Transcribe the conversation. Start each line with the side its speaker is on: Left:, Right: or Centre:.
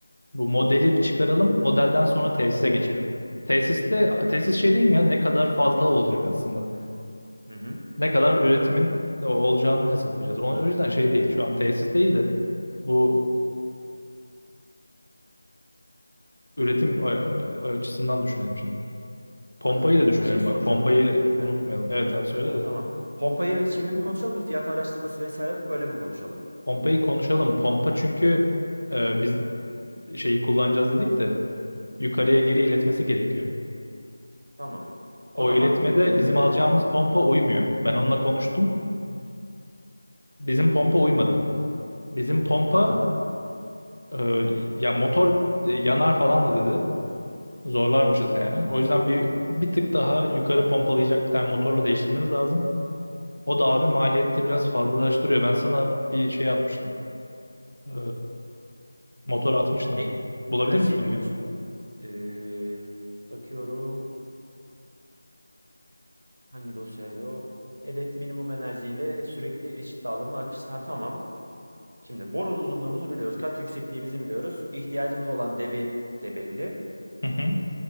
Left: bu modeli bir çıkaralım. Modelden sonra tesise geçelim. Tesiste
Right: o-
Left: tesis şey değil mi ya ne kadar fazla olacak aslında.
Right: Hı hı,
Left: Ne kadar üretimin olacağını hesaplayacağız. Onun- O yüzden şey değil. Şu an tesis değil de bu üretim a- açısından düşünelim şimdi. Pompayı
Right: anladım.
Left: da düşünelim
Right: Şey soracağım.
Left: bak. Pompayı
Right: Heh,
Left: unutmayalım. Evet abi söyle de.
Right: tamam. Pompayı şimdi mi konuşalım bir fiyat araştırması vesaire yapıp öyle mi konuşalım?
Left: Pompayı konuşalım. Pompa çünkü e, biz şeyi kullanacağız dedik de yukarıya geri iletmesi gerekiyor.
Right: Tamam. O
Left: O
Right: zaman
Left: iletmede
Right: eee,
Left: bizim alacağımız pompa uymuyor. Ben onunla konuştum. Bizim pompa uymadı. Bizim pompa
Right: anladım.
Left: e, ya motor e, yanar falan da dedi. Zorlarmışız yani. O yüzden bir bir tık daha yukarı pompalayacak bir tane motorla değiştirmemiz lazım. O da abi maliyette biraz fazlalaştırıyor. Ben sana bir şey atmıştım. Ee, motor atmıştım.
Right: E,
Left: Bulabilir
Right: ha
Left: misin
Right: şey mi
Left: onu ya?
Right: diyorsun? Eee, bakıyorum hangi dosyaydı o? Hedef minimum enerjiyle sürekli eşit dağılımlı akış. Ha, tamam. Şimdi boru uzunluğumuzu biliyoruz. Kat yüksekliğimizi biliyoruz. İhtiyacımız olan debi de belli.
Left: Hı hı.